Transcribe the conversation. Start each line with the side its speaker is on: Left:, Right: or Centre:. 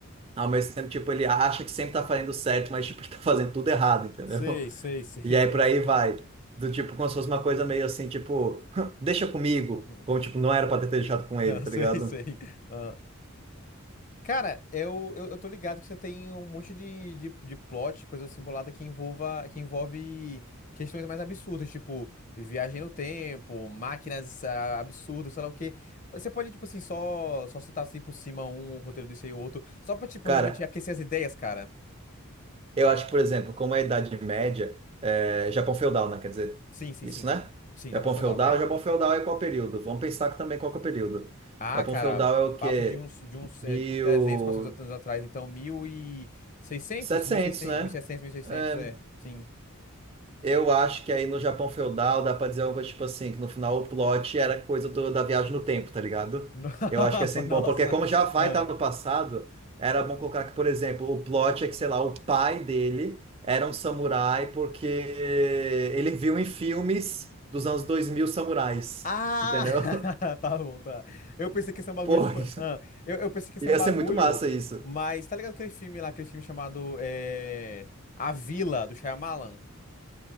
Right: Ao mesmo tempo, tipo, ele acha que sempre tá fazendo certo, mas tipo, ele tá fazendo tudo errado, entendeu?
Left: Sei, sei, sei.
Right: E aí por aí vai. Do tipo, como se fosse uma coisa meio assim, tipo, <laughs> deixa comigo.
Left: <laughs>
Right: Como, tipo, não era pra ter deixado com ele, tá
Left: Sei,
Right: ligado?
Left: sei. Ah. Cara, eu, eu, eu tô ligado que você tem um monte de, de, de plot, coisa simulada que envolva, que envolve questões mais absurdas, tipo viagem no tempo, máquinas ah, absurdas, sei lá o quê. Você pode, tipo assim, só, só citar assim por cima um um roteiro desse aí ou outro, só pra, tipo,
Right: Cara,
Left: realmente aquecer as ideias, cara.
Right: eu acho que, por exemplo, como a Idade Média, é, Japão feudal, né? Quer dizer,
Left: Sim, sim,
Right: isso,
Left: sim.
Right: né?
Left: Sim,
Right: Japão
Left: Japão Feudal,
Right: feudal,
Left: é.
Right: Japão feudal é qual período? Vamos pensar que também qual que é o período.
Left: Ah,
Right: Japão
Left: cara,
Right: feudal é o
Left: papo
Right: quê?
Left: de uns, de uns
Right: mil
Left: é, 300, 400 anos atrás, então mil e seiscentos?
Right: e setecentos
Left: mil e seiscentos
Right: né?
Left: mil e seiscentos 1600?
Right: É,
Left: 1600, 1600, seiscentos é. Sim.
Right: Eu acho que aí no Japão feudal dá pra dizer algo tipo assim, que no final o plot era coisa do- da viagem no tempo, tá ligado?
Left: <laughs> Nossa,
Right: Eu acho que é sempre
Left: nossa.
Right: bom, porque como já vai
Left: Ah,
Right: estar no passado, era bom colocar que, por exemplo, o plot é que, sei lá, o pai dele era um samurai porque ele viu em filmes dos anos 2000 samurais,
Left: Ah,
Right: entendeu?
Left: <laughs>
Right: <laughs>
Left: tá bom, tá. Eu pensei que ia ser um bagulho
Right: Pô,
Left: tipo.
Right: isso-
Left: ah, eu, eu pensei que ia
Right: ia
Left: ser um bagulho,
Right: ser muito massa isso.
Left: mas tá ligado aquele filme lá, aquele filme chamado é, A Vila do Shyamalan?